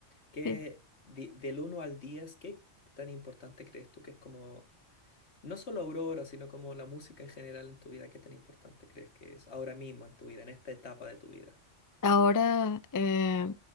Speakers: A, on the left; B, on the left.
A: ¿Qué,
B: sí.
A: di- del uno al 10 qué tan importante crees tú que es como No solo Aurora, sino como la música en general en tu vida, ¿qué tan importante crees que es ahora mismo en tu vida, en esta etapa de tu vida?
B: Ahora, eh,